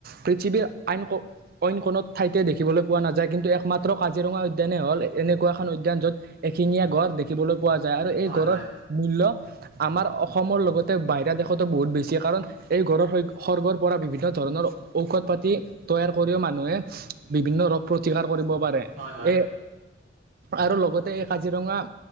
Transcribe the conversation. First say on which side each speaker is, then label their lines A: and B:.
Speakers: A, on the right; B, on the right.
A: পৃথিৱীৰ আইন ক অন্য কোনো ঠাইতে দেখিবলৈ পোৱা নাযায় কিন্তু একমাত্ৰ, একমাত্ৰ কাজিৰঙা উদ্যানেই হ'ল এনেকুৱা এখন উদ্যান য'ত এশেঙীয়া গঁড় দেখি, দেখিবলৈ পোৱা যায় আৰু
B: হয়
A: গড়ঁৰ
B: হয়
A: মূল্য, আমাৰ অসমৰ লগতে বাহিৰা দেশতো বহুত বেছি কাৰণ। এই গঁড়ৰ খৰ্গৰ পৰা বিভিন্ন ধৰণৰ ঔষধ পাতি। তৈয়াৰ কৰিও মানুহে বিভিন্ন ৰোগ প্ৰতিকাৰ কৰিব পাৰে এ,
B: হয় হয়
A: আৰু লগতে এই কাজিৰঙা।